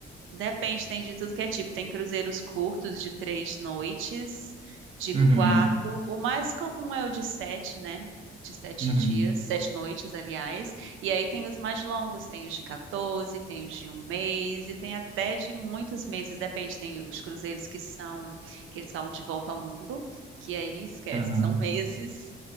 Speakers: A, on the right; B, on the right.
A: Depende, tem de tudo que é tipo. Tem cruzeiros curtos de três noites, de
B: Uhum,
A: quatro. O mais comum é o de sete, né? De sete
B: uhum,
A: dias, sete noites, aliás. E aí tem os mais longos, tem os de 14, tem os de um mês, e tem até de muitos meses. Depende, tem os cruzeiros que são, que eles falam de volta ao mundo, que aí esquece,
B: aham.
A: são meses.